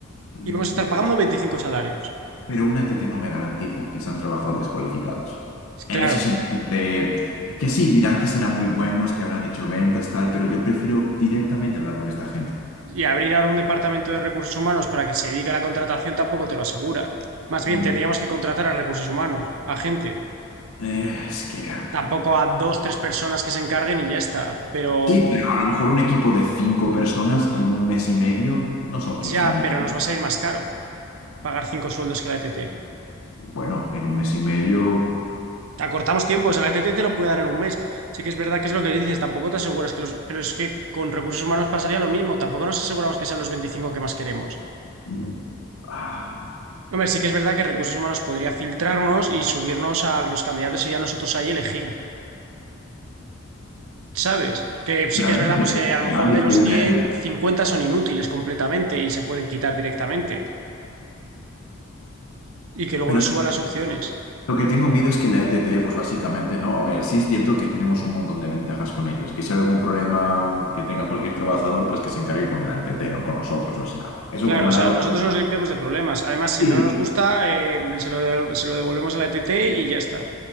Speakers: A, on the left; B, on the right.
A: Mm,
B: Y vamos a estar
A: Pero
B: pagando 25 salarios.
A: pero una ETT no me garantiza que sean trabajadores cualificados. En
B: Claro,
A: ese sentido, de que sí, dirán que serán muy buenos, que habrán hecho ventas, tal, pero yo prefiero directamente hablar con esta gente.
B: Y abrir ahora un departamento de recursos humanos para que se dedique a la contratación tampoco te lo asegura. Más bien,
A: Mm,
B: tendríamos que contratar a recursos humanos, a gente.
A: eh, es que...
B: Tampoco a dos, tres personas que se encarguen y ya está. Pero
A: Sí, pero a lo mejor un equipo de cinco personas en un mes y medio no son
B: ya,
A: quince mil.
B: pero nos va a salir más caro pagar cinco sueldos que la E T T.
A: Bueno, en un mes y medio...
B: Acortamos tiempos, la E T T. te lo puede dar en un mes. Sí que es verdad que es lo que dices, tampoco te aseguras que los... Pero es que con recursos humanos pasaría lo mismo, tampoco nos aseguramos que sean los 25 que más queremos.
A: mm, ah,
B: Hombre, sí que es verdad que recursos humanos podría filtrarnos y subirnos a los candidatos y ya nosotros ahí elegir. ¿Sabes? Que
A: Realmente
B: sí que es verdad, pues que
A: es
B: a lo
A: viable
B: mejor de los
A: que una
B: cien
A: ETT.
B: 50 son inútiles completamente y se pueden quitar directamente y que luego
A: Pero
B: nos
A: es
B: suban
A: que
B: las opciones.
A: lo que tengo miedo es que la ETT, pues básicamente no. A ver, sí es cierto que tenemos un montón de ventajas con ellos. Que si hay algún problema que tenga cualquier trabajador, pues que se encargue con la ETT, no con nosotros. O sea, eso
B: Claro,
A: por un
B: o sea,
A: lado,
B: nosotros nos limpiamos de problemas. Además, si
A: Sí.
B: no nos gusta, eh, se lo, se lo devolvemos a la ETT y ya está.